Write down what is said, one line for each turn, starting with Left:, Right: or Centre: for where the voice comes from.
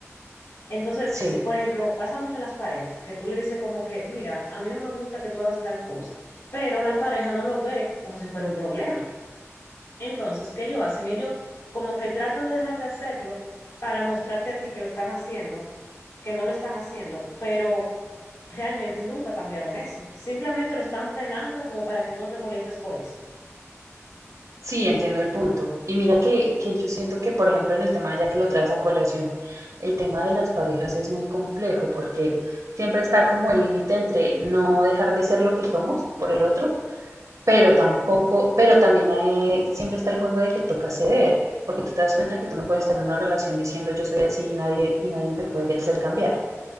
Left: Entonces,
Right: sí,
Left: si- por ejemplo, pasa mucho en las parejas, que tú le dices como que, mira, a mí no me gusta que tú hagas tal cosa, pero la pareja no lo ve como si fuera un problema. Entonces, ¿qué ellos hacen? Ellos como que tratan de dejar de hacerlo para mostrarte a ti que lo están haciendo, que no lo están haciendo, pero realmente nunca cambiaron eso. Simplemente lo están frenando como para que tú no te molestes por eso.
Right: sí, entiendo el punto. Y mira que, que yo siento que, por ejemplo, en el tema, ya que lo traes a colación, el tema de las parejas es muy complejo porque siempre está como el límite entre no dejar de ser lo que somos por el otro, pero tampoco, pero también eh, siempre está el juego de que toca ceder, porque tú te das cuenta que tú no puedes estar en una relación diciendo yo soy así y nadie, y nadie me puede hacer cambiar.